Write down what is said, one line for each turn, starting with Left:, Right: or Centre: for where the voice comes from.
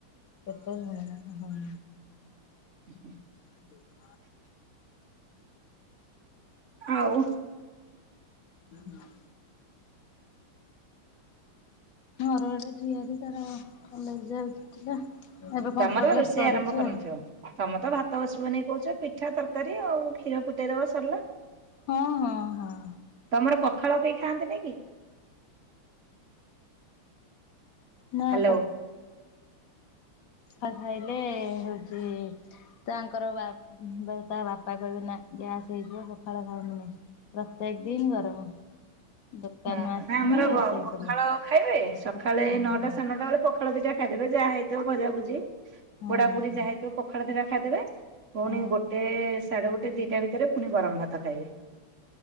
Left: କେତେ ହଁ?
Right: ଉଁ ହୁଁ।
Left: <unintelligible>
Right: ଆଉ?
Left: ହୁଁ ହୁଁ। ମୋର ଗୋଟେ ଝିଆରି ତାର କଲେଜ ଯାଉଥିଲା ଏବେ
Right: ତମର
Left: କମ୍ପ୍ୟୁଟର କ୍ଲାସ
Right: ରୋଷେଇ
Left: କରୁଛି
Right: ଆରମ୍ଭ କରିନଥିବ
Left: ଆଉ।
Right: ତମେ ତ ଭାତ ବସିବ ନେଇ କହୁଛ ପିଠା ତରକାରୀ ଆଉ କ୍ଷୀର ଫୁଟେଇ ଦବ ସରିଲା।
Left: ହଁ ହଁ ହଁ।
Right: ତମର ପଖାଳ କେଇ ଖାଆନ୍ତିନି କି?
Left: ନା
Right: ହ୍ୟାଲୋ
Left: ପ ଫା ଖାଇଲେ ହଉଛି ତାଙ୍କର ବା ତା ବାପା କହିବେ ନା ଗ୍ୟାସ୍ ହେଇଯିବ ପଖାଳ ଖାଇବିନି। ପ୍ରତ୍ୟେକ ଦିନ ଗରମ। ଦୋକାନରୁ
Right: ହୁଁ
Left: ଆସିମି
Right: ନା ଆମର
Left: ରୋଷେଇ
Right: ବ ପଖାଳ
Left: କରିବି।
Right: ଖାଇବେ ସକାଳେ
Left: ହଁ
Right: ନଅଟା ସାଢେ ନଅଟା ବେଳେ ପଖ ପଖାଳ ଦିଟା ଖାଇଦେବେ ଯାହା ହେଇଥିବ ଭଜାଭୁଜି
Left: ହଁ।
Right: ପୋଡା ପୋଡି ଯାହା ହେଇଥିବ ପଖାଳ ଦିଟା ଖାଇଦେବେ ପୁଣି
Left: ହଁ
Right: ଗୋଟେ ସାଢେ ଗୋଟେ ଦିଟା ଭିତରେ ପୁଣି ଗରମ ଭାତ ଖାଇବେ।